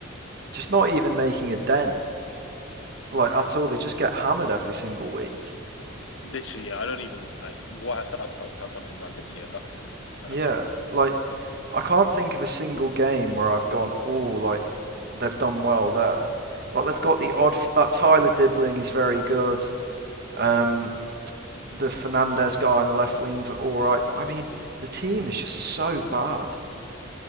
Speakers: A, on the right; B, on the left.
A: Just not even making a dent, like at all. They just get hammered every single week.
B: literally, yeah, I don't even like what have South, Southampton done this year? Nothing, absolutely
A: Yeah,
B: nothing.
A: like I can't think of a single game where I've gone, oh, like they've done well there. Like they've got the odd f- that Tyler Dibbling is very good. Um, the Fernandez guy on the left wings are all right, but I mean, the team is just so bad.